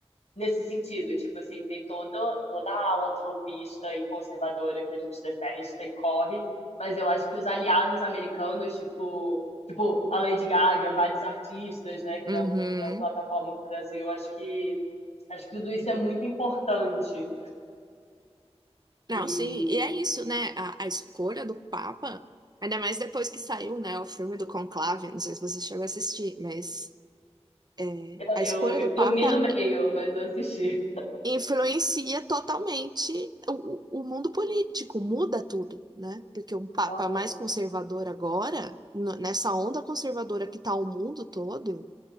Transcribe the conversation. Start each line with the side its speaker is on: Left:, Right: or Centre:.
Left: nesse sentido, tipo assim, tem todo, toda a ala trumpista e conservadora que a gente detesta e corre, mas eu acho que os aliados americanos, tipo, tipo a Lady Gaga, vários artistas, né, que
Right: Uhum.
Left: dão, dão plataforma para o Brasil, acho que acho que tudo isso é muito importante.
Right: Não,
Left: E
Right: sim. E é isso, né? A, a escolha do Papa, ainda mais depois que saiu, né, o filme do Conclave, não sei se você chegou a assistir, mas é,
Left: eu,
Right: a
Left: eu,
Right: escolha
Left: eu
Right: do Papa
Left: dormi no meio, mas eu assisti.
Right: influencia totalmente o, o mundo político, muda tudo, né? Porque um Papa
Left: Aham,
Right: mais conservador agora, no- nessa onda conservadora que tá o mundo todo,